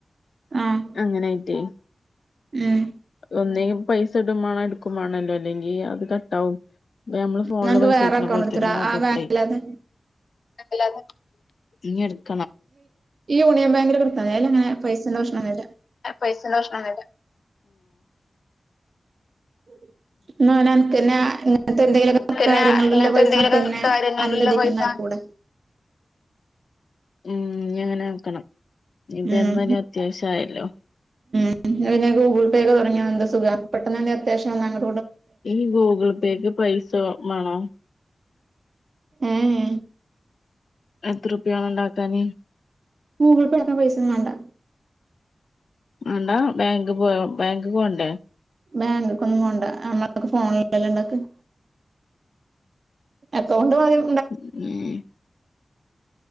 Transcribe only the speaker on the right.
ആഹ്
ഉം
ന്നാ അനക്ക്
വേറെ
അക്കൗണ്ട്
എടുത്തൂടെ
ആ ബാങ്കില്ലാതെ
ഈ യൂണിയൻ ബാങ്കിലൊക്കെ ട്ത്താമതി അയിലങ്ങനെ പൈസേന്റെ പ്രശ്നം വരില്ല
<inaudible> ന്ന ഓനൻ്റക്കന്നെ <unintelligible> തന്നെ ഇങ്ങന ത്തെ എന്തെങ്കിലും
കാര്യങ്ങളില
<unintelligible> പൈസ
നുക്ക്ന്നെ
അനദിക്ക
കൂടെ
ഉം
ന്നാ പിന്നെഗൂഗിൾ പേ ഒക്കെ തുടങ്ങിയ എന്ത് സുഖ പെട്ടന്ന ന്നെ അത്യാവശ്യ വന്ന -
ഏഅ്
ഗൂഗിൾപേട്ക്കാം പൈസെന്നും വാണ്ട.
ബാങ്കക്കൊന്നും പോണ്ട <unintelligible> നമ്മളെ ഫോണിലല്ലേ ണ്ടാക്ക- അക്കൗണ്ട് <unintelligible>